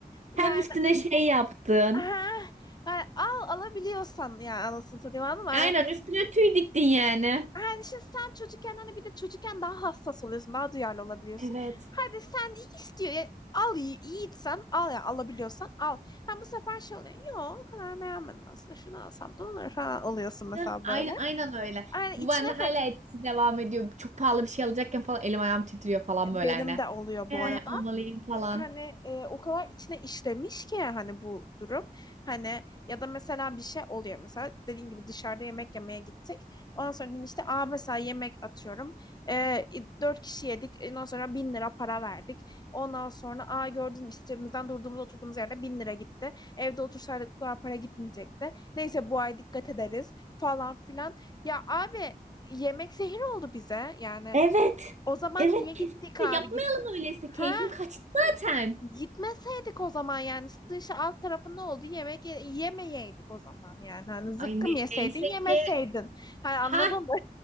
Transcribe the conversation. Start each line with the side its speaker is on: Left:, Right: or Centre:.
Left: yani
Right: hem üstüne şey yaptın.
Left: heh, yani al alabiliyorsan ya anasını satayım anladın mı? Hani,
Right: Aynen üstüne tüy diktin yani.
Left: hani şimdi sen çocukken hani bir de çocukken daha hassas oluyorsun daha duyarlı olabiliyorsun.
Right: Evet.
Left: Hadi sen iyi istiyor ya, al yi- yiğitsen al ya alabiliyorsan al. Ha bu sefer şey oluyor. Yok o kadar beğenmedim aslında şunu alsam da olur falan alıyorsun mesela
Right: Heh, Aynen,
Left: böyle.
Right: aynen öyle.
Left: Yani içine
Right: Bu bende hala
Left: kat
Right: etkisi devam ediyor. Çok pahalı bir şey alacakken falan elim ayağım titriyor falan
Left: benim
Right: böyle hani.
Left: de oluyor
Right: Yani
Left: bu arada.
Right: almalıyım falan.
Left: hani e, o kadar içine işlemiş ki hani bu durum. Hani ya da mesela bir şey oluyor mesela dediğin gibi dışarıda yemek yemeye gittik. Ondan sonra dedim işte aa mesela yemek atıyorum. E, dört kişi yedik. Ondan sonra bin lira para verdik. Ondan sonra aa gördün mü işte cebimizden durduğumuz oturduğumuz yerde bin lira gitti. Evde otursaydık bu kadar para gitmeyecekti. Neyse bu ay dikkat ederiz falan filan. Ya abi yemek zehir oldu bize. Yani
Right: Evet.
Left: o zaman
Right: Evet
Left: niye gittik
Right: kesin.
Left: abi?
Right: Yapmayalım
Left: Git.
Right: öyleyse.
Left: Ha
Right: Keyfim kaçtı zaten.
Left: Gitmeseydik o zaman yani işte dışı alt tarafı ne oldu? Yemek ye- yemeyeydik o zaman yani. Hani zıkkım
Right: Ay ne,
Left: yeseydin
Right: neyse
Left: yemeseydin.
Right: ki.
Left: Hani anladın
Right: Ha
Left: mı?